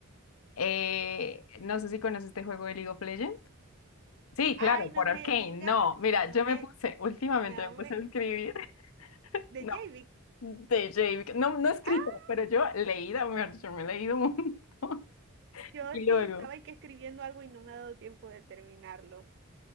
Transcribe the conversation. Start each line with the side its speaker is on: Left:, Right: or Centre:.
Left: eh, no sé si conoces este juego de League of Legends. Sí,
Right: Ay,
Left: claro, por
Right: no me
Left: Arcane.
Right: digas,
Left: No, mira,
Right: no
Left: yo
Right: me,
Left: me puse, <laughs> últimamente
Right: no
Left: me
Right: me,
Left: puse a escribir. <laughs>
Right: de
Left: No,
Right: JB.
Left: de JB. No, no escrito,
Right: Ah,
Left: pero yo leída, mejor dicho, me he leído un montón. <laughs>
Right: yo
Left: Y luego,
Right: sí estaba ahí que escribiendo algo y no me ha dado tiempo de terminarlo.